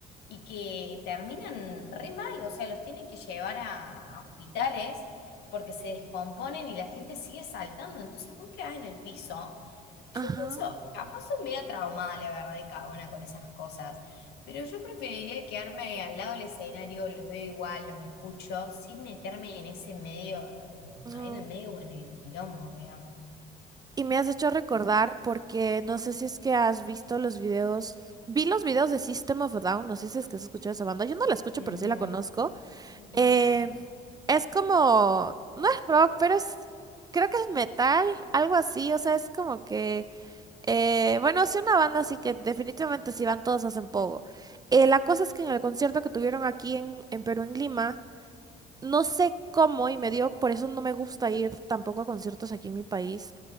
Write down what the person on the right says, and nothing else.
ajá,
ujú.
Y me has hecho recordar porque no sé si es que has visto los videos. Vi los videos de System of a Down. No sé si es que has escuchado esa banda. Yo no la escucho,
pero sí la conozco.
Eh,
es como. No es rock, pero es. Creo que es metal, algo así. O sea, es como que. Eh, bueno, sí, una banda, así que definitivamente si van todos hacen poco. la cosa es que en el concierto que tuvieron aquí en, en Perú, en Lima, no sé cómo y me dio, por eso no me gusta ir tampoco a conciertos aquí en mi país,